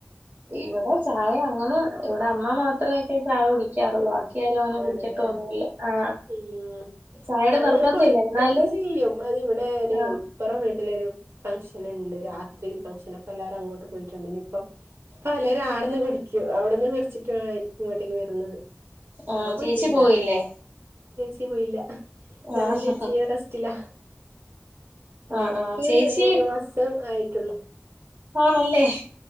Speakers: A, on the right (about 40°); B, on the right (about 60°).
A: ഇവടെ ചായ അങ്ങനെ ഇവടെ അമ്മ മാത്രൊക്കെയേ ചായ കുടിക്കാറോള്ളൂ അ ും അങ്ങനെ
B: ആണല്ലേ
A: കുടിക്കത്തോന്നില്ല ആ
B: ഉം
A: ചായയുടെ
B: ഞങ്ങൾ
A: നിർബന്ധ ഇല്ല എന്നാലും
B: <unintelligible> ചെയ്യും അതിവിടെ ഒരു
A: ആഹ്
B: ഇപ്പറം വീട്ടിലരു ഫംഗ്ഷന്ണ്ട് രാത്രി ഫംഗ്ഷൻ ഇപ്പ എല്ലാരും അങ്ങോട്ട് പോയിട്ടുണ്ട് ഇനിയിപ്പം അപ്പ പലരും ആട്ന്ന് കുടിക്കും അവിടുന്ന് കുടിച്ചിട്ടായിരിക്കും ഇങ്ങോട്ടേക്ക് വരുന്നത് ഞാൻ
A: ആഹ
B: പോയിട്ടില്ല
A: ചേച്ചി പോയില്ലേ
B: ചേച്ചി പോയില്ല
A: ആഹ്
B: ഞാനും ചേച്ചിയും റസ്റ്റില്ല അവൾക്ക്
A: ആഹ് ആഹ് ചേച്ചി
B: മൂന്ന് മാസം ആയിട്ടുള്ളൂ
A: ആണല്ലേ